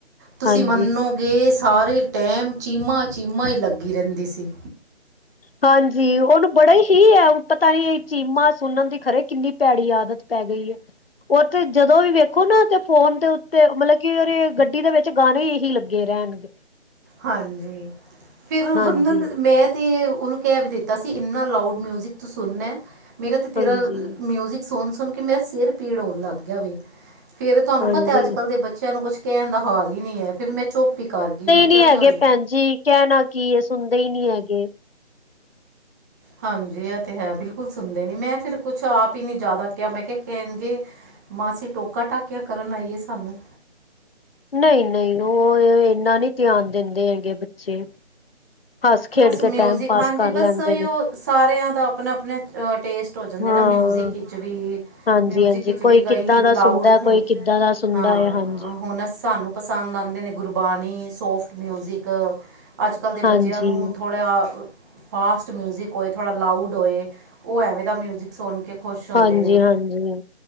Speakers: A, on the right; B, on the left.
A: ਤੁਸੀਂ
B: ਹਾਂਜੀ
A: ਮੰਨੋਗੇ ਸਾਰੇ ਟੈਮ ਚੀਮਾ ਚੀਮਾ ਹੀ ਲੱਗੀ ਰਹਿੰਦੀ ਸੀ।
B: ਹਾਂਜੀ ਉਹਨੂੰ ਬੜਾ ਹੀ ਹੈ, ਪਤਾ ਨੀ ਚੀਮਾ ਸੁਣਨ ਦੀ ਖਰੇ ਕਿੰਨੀ ਭੈੜੀ ਆਦਤ ਪੈ ਗਈ ਹੈ, ਉਹ ਤੇ ਜਦੋਂ ਵੀ ਵੇਖੋ ਨਾ ਤੇ ਫੋਨ ਤੇ ਤੇ ਮਤਲਬ ਕੀ ਅਰੇ, ਗੱਡੀ ਦੇ ਵਿੱਚ ਗਾਣੇ ਇਹੀ ਲੱਗੇ ਰੈਣਗੇ
A: ਹਾਂਜੀ, ਫਿਰ ਓ
B: ਹਾਂਜੀ
A: ਬੰ ਮੈਂ ਤੇ ਉਹਨੂੰ ਕਹਿ ਵੀ ਦਿੱਤਾ ਸੀ, ਇੰਨਾ ਲਾਊਡ ਮਿਊਜਿਕ ਤੂੰ ਸੁਣਨਾ ਮੇਰਾ ਤੇ ਤੇਰਾ
B: ਹਾਂਜੀ
A: ਮਿਊਜਿਕ ਸੁਣ ਸੁਣ ਕੇ ਮੇਰਾ ਸਿਰ ਪੀੜ ਹੋਣ ਲੱਗ ਗੇਯਾ ਵੈ ਫੇਰ ਤੁਹਾਨੂੰ
B: ਹਾਂਜੀ
A: ਪਤਾ ਅੱਜ ਕੱਲ੍ਹ ਦੇ ਬੱਚਿਆਂ ਨੂੰ ਕੁਛ ਕਹਿਣ ਦਾ ਹਾਲ ਹੀ ਨਹੀ ਹੈ, ਫਿਰ ਮੈਂ ਚੁਪ ਈ ਕਰ ਗਈ ਮੈਂ
B: ਨੀ
A: ਕਿਹਾ
B: ਹੈਗੇ
A: ਚੱਲ
B: ਭੈਣ ਜੀ। ਕਹਿਣਾ ਕੀ ਏ ਸੁਣਦੇ ਈ ਨੀ ਹੈਗੇ।
A: ਹਾਂਜੀ ਏ ਤੇ ਹੈ ਬਿਲਕੁਲ ਸੁਣਦੇ ਨੀ। ਮੈਂ ਫੇਰ ਕੁਛ ਆਪ ਈ ਨੀ ਜਾਦਾ ਕਿਹਾ ਮੈਂ ਕਿਹਾ ਕਹਿਣਗੇ ਮਾਸੀ ਟੋਕਾ ਟਾਕੀਆਂ ਕਰਨ ਆਈਏ ਸਾਨੂੰ।
B: ਨਹੀਂ ਨਹੀਂ ਓ ਏਨਾ ਨੀ ਧਿਆਨ ਦਿੰਦੇ ਹੈਗੇ ਬੱਚੇ। ਹੱਸ ਖੇਡ
A: ਬਸ ਮਿਊਜ਼ਿਕ
B: ਕੇ ਟੈਮ ਪਾਸ
A: ਹਾਂਜੀ
B: ਕਰ
A: ਬਸ
B: ਲੈਂਦੇ
A: ਉਹੀਓ
B: ਨੇ।
A: ਸਾਰਿਆਂ ਦਾ ਆਪਣਾ ਆਪਣੇ ਟੇਸਟ ਹੋ ਜਾਂਦਾ
B: ਹਾਂ
A: ਨਾ ਮਿਊਜ਼ਿਕ ਵਿੱਚ ਵੀ।
B: ਹਾਂਜੀ
A: ਮਿਊਜਿਕ
B: ਹਾਂਜੀ
A: ਵਿੱਚ
B: ਕੋਈ
A: ਵੀ ਕਈ
B: ਕਿੱਦਾਂ ਦਾ
A: ਲਾਊਡ
B: ਸੁਣਦਾ
A: ਹੁਣ
B: ਕੋਈ ਕਿੱਦਾਂ ਦਾ ਸੁਣਦਾ
A: ਹਾਂ
B: ਹੈ ਹਾਂਜੀ
A: ਹੁਣ ਐ ਸਾਨੂੰ ਪਸੰਦ ਆਂਦੇ ਨੇ ਗੁਰਬਾਣੀ ਸੋਫਟ ਮਿਊਜ਼ਿਕ। ਅੱਜ ਕੱਲ ਦੇ ਬੱਚੇ
B: ਹਾਂਜੀ
A: ਥੋੜਾ ਫਾਸਟ ਮਿਊਜ਼ਿਕ ਹੋਏ ਥੋੜਾ ਲਾਊਡ ਹੋਏ। ਓ ਐਵੇਂ ਦਾ ਮਿਊਜ਼ਿਕ ਸੋਨ ਕੇ ਖੁਸ਼ ਹੁੰਦੇ
B: ਹਾਂਜੀ
A: ਨੇ
B: ਹਾਂਜੀ ਹਾਂ।